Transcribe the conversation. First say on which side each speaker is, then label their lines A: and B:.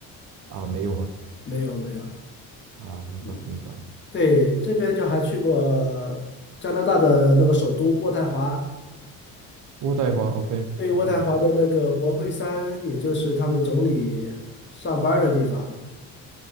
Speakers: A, on the right (about 60°); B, on the left (about 30°).
A: 啊、没有吗？
B: 没有没有，
A: 啊，明白明白。
B: 嗯，对，这边就还去过加拿大的那个首都渥太华，
A: 渥太华，OK，OK，OK，
B: 对，渥太华的那个国会山，也就是他们总理上班儿的地方，